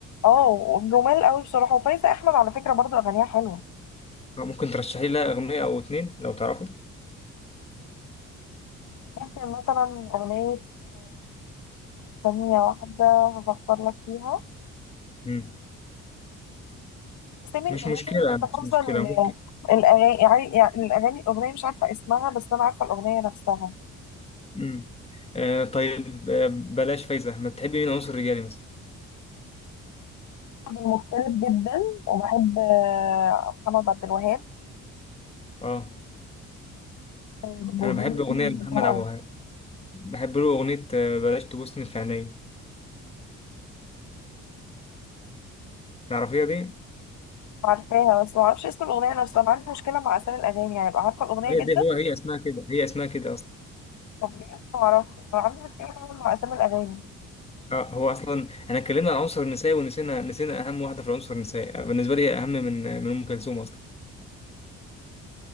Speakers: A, on the left; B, on the left.
A: اه جمال قوي بصراحة وفايزة احمد على فكرة برضو اغانيها حلوة
B: آه، ممكن ترشحي لها أغنية أو اتنين لو تعرفي
A: ممكن مثلا اغنية ثانية واحدة هفكر لك فيها
B: مم.
A: اسامي الاغاني
B: مش مشكلة
A: مش
B: مش
A: حافظة
B: مشكلة
A: ال-
B: ممكن
A: الاغاني يعني يعني الاغاني الاغنية مش عارفة اسمها بس انا عارفة الاغنية نفسها
B: مم. آه طيب آه بلاش فايزة ما تحبي مين عنصر رجالي مثلا
A: مختلف جدا وبحب آه، محمد عبد الوهاب
B: اه
A: أيوة،
B: أنا بحب أغنية لمحمد عبد الوهاب بحب له أغنية آه، بلاش تبوسني في عينيا تعرفيها دي؟
A: عارفاها بس ما اعرفش اسم الاغنيه نفسها انا عندي مشكله مع اسامي الاغاني يعني ابقى عارفه الاغنيه
B: هي
A: جدا
B: دي هو هي اسمها كده هي اسمها كده أصلا
A: طب ليه ما اعرفش أنا عندي مشكله فعلا مع اسامي الاغاني
B: اه هو اصلا احنا اتكلمنا عن العنصر النسائي ونسينا نسينا اهم واحده في العنصر النسائي آه، بالنسبه لي اهم من من ام كلثوم اصلا